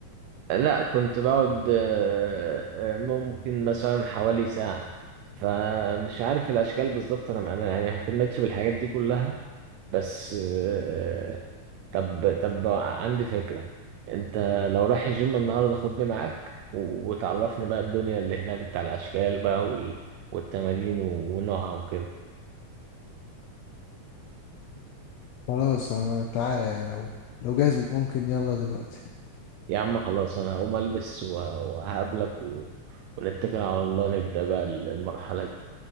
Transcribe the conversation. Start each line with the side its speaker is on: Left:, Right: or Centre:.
Right: آه، لا كنت بقعد آه، آه، ممكن مثلا حوالي ساعة فمش عارف الأشكال بالظبط أنا أنا يعني ما اهتمتش بالحاجات دي كلها بس آه، طب طب عندي فكرة انت لو رايح الجيم النهاردة خدني معاك و- وتعرفني بقى الدنيا اللي هناك بتاع الأشكال بقى وال- والتمارين و- ونوعها وكده
Left: خلاص انا تعالى يعني لو لو جاهز ممكن يلا دلوقتي
Right: يا عم خلاص انا هقوم البس وه- وهقابلك و- ونتكل على الله نبدأ بقى المرحلة دي